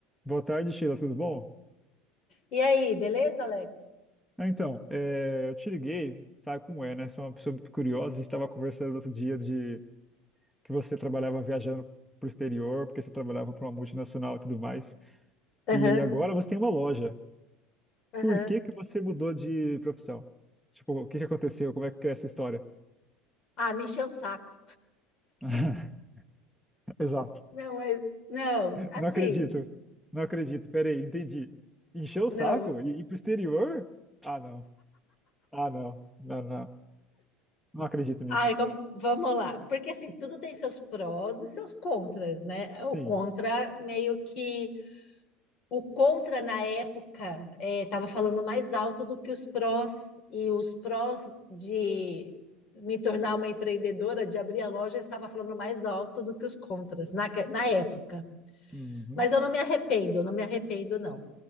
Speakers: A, in the centre; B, on the left.
A: Boa tarde, Sheila, tudo bom?
B: E aí, beleza, Alex?
A: Ah, Então, eh, eu te liguei, sabe como é, né? Sou uma pessoa muito curiosa. A gente estava conversando outro dia de que você trabalhava viajando para o exterior, porque você trabalhava para uma multinacional e tudo mais.
B: Aham,
A: E agora você tem uma loja.
B: aham.
A: Por que que você mudou de profissão? Tipo, o que que aconteceu? Como é que é essa história?
B: Ah, me encheu o saco.
A: <laughs> Exato.
B: Não, mas não, assim,
A: Não acredito. Não acredito. Peraí, entendi. Encheu o
B: não.
A: saco e ir pro exterior? Ah, não. Ah, não. Não, não. Não acredito nisso.
B: Ai, como, vamos lá. Porque assim, tudo tem seus prós e seus contras, né? O
A: Sim.
B: contra meio que o contra na época estava falando mais alto do que os prós e os prós de me tornar uma empreendedora, de abrir a loja, estava falando mais alto do que os contras na, na época.
A: Uhum.
B: Mas eu não me arrependo, eu não me arrependo, não.